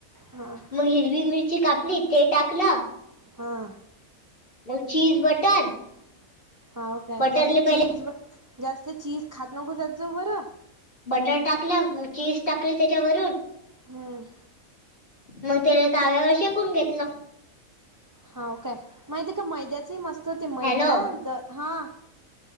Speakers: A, on the right; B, on the left.
A: हा
B: मग हिरवी मिरची का आप्ली ते टाकलं
A: हां
B: नऊ चचीज बटर
A: हा काय
B: बटरले
A: जास्त
B: पहिले
A: चीज जास्त चीज खात नको जात जाऊ बरं
B: बटर टाकलं मग चीज टाकली त्याच्यावरून
A: हम्म
B: मग त्याले तव्यावर शेकून घेतला
A: हा काय माहिती का मैद्याचे मस्त होते मैदा
B: हॅलो
A: द हा